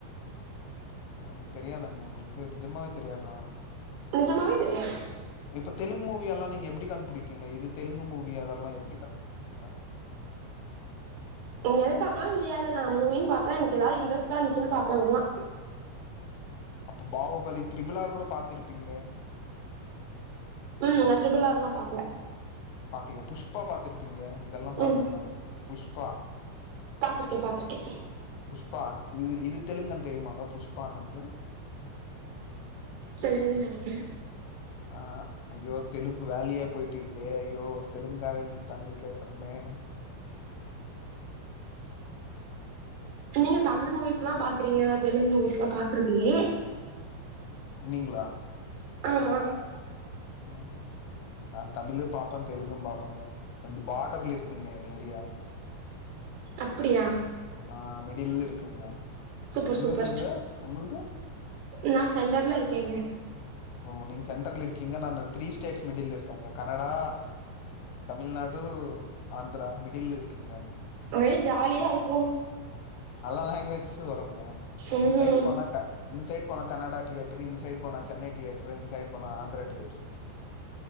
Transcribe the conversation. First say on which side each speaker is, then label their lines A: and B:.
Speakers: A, on the left; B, on the right.
A: அ தெரியாதாங்க உங்களுக்கு நிஜமாவே தெரியாதா
B: நெஜமாவே தெரியாது
A: இப்ப தெலுங்கு மூவி யெல்லா நீங்க எப்டி கண்டுபிடிப்பிங்க இது தெலுங்கு மூவி அதெல்லா எப்டி கண்டுபிடிப்பிங்க
B: எனக்கு அப்பல்லா தெரியாது நா மூவின் பாத்தா எனக்கு ஏதாவது இன்ரெஸ்டா இருந்துச்சுன்னாதா பாப்பேன் அவ்ளதா
A: அப்டி <unintelligible> பாகுபலி திரிபுலார் கூட பாத்திரு ப்பிங்களே
B: ம் நா ட்ரிபிள் ஆர் ல பாக்கல
A: பாக்கலயா புஷ்பா பாத்துருபீங்களே இதெல்லா பாக்கலயினாலு
B: ம்
A: புஷ்பா
B: பாத்திருக்கே பாத்திருக்கே
A: புஷ்பா இது இது தெலுங்குனு தெரியுமாங்க புஷ்பானாது
B: தெலுகுன்னு நெனக்குறே
A: ஆ ஐயோ தெலுங்கு வேலயா போயிட்டுயிருகே ஐயோ தெலுங்கார தமிழ் கேக்கணுமே
B: நீங்க தமிழ் மூவிஸ்லா பாக்குறிங்க நா தெலுங்கு மூவிஸ்லா பாக்குறதுயில்லையே
A: நீங்களா
B: ஆமா
A: ம் நா தமிலும் பாப்பே தெலுங்கு பாப்பேங்க எந்து பாடர்ல இருக்குங்க எங்க ஏரியா
B: அப்புடியா
A: ஆ மிடில்ல இருக்கேங்க
B: சூப்பர்
A: உங்குள்துங்க
B: சூப்பர்
A: உங்குள்து
B: நா செண்டர்ல இருகேங்க
A: ஆ நீங் சென்டர்ல இருகீங்க நா த்ரீ ஸ்டேஸ் மிடில்ல இருக்கேங்க கனடா தமிழ்நாடு ஆந்ரா மிடில இருக்குங்க
B: ஒரே ஜாலியா இருக்கு
A: அல்லா லேங்குவேஜ் து வருங்க
B: ம்
A: இந்த சைடு போனா இந்த சைடு போன கனடா டியடர் இந்த சைடு போனா சென்னை டியடர் த்ர இந்த சைடு போன ஆந்திர டியடர்